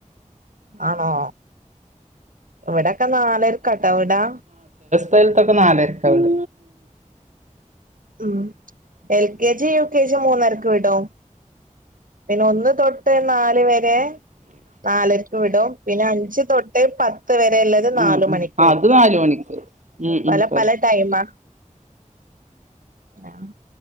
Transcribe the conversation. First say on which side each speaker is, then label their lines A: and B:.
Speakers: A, on the right; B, on the right.
A: ആണോ? വെടെ ക്ക നാലര്ക്കാട്ടോ വ്ടാ
B: ദെൽത്തൊക്കെ നാലര്ക്കാവ്ട
A: ഉം എൽ കെജി യു കെജി മൂന്നരക്ക് വിടോ? പിന്നെ ഒന്ന് തൊട്ട് നാല് വരെ നാലര്ക്ക് വിടും പിന്നെ അഞ്ച് തൊട്ടേ പ ത്ത് വരെള്ളത് നാല്
B: ഉം ഉം
A: മണിക്കു വിടും
B: അത് നാല് മണിക്ക് ഉം
A: പല
B: ഉം പറ
A: പല ടൈമാ ആഹ്